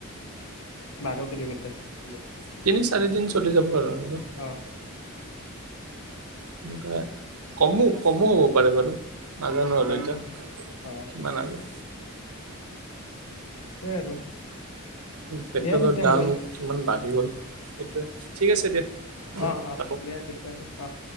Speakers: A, on the left; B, on the right.
A: বাৰ কিলোমিটৰ উ
B: তিনি চাৰি দিন চলি যাব আৰু
A: অ
B: এনেকে কমো কমো হ'ব পাৰে বাৰু নাজানো আৰু
A: কম
B: এতিয়া
A: অ
B: কিমান আৰু
A: সেই আৰু
B: পেট্ৰলৰ
A: দিয়া তেতিয়াহ'লে
B: দাম কিমান বাঢ়ি গ'ল সেইটোৱে ঠিক আছে দিয়া
A: অঁহ অঁ
B: ৰাখোঁ।
A: দিয়া তেতিয়াহ'লে আঁহ